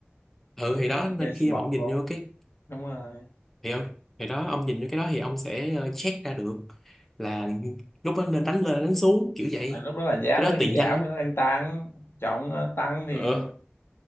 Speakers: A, in the centre; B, on the left.
A: ừ
B: mấy
A: thì
B: thằng
A: đó
B: đang chơi
A: nên
B: xì
A: khi
B: bọt
A: mà ông nhìn
B: luôn
A: vô cái
B: đúng rồi
A: thì ông thì đó ông nhìn vô cái đó thì ông sẽ ờ, check ra được là lúc đó nên đánh lên đánh xuống kiểu vậy
B: tại lúc đó là giá
A: Thì cái
B: nó đang
A: đó tiền
B: giảm
A: nhanh lắm.
B: nên nó đang tăng chọn ờ, tăng thì
A: ừ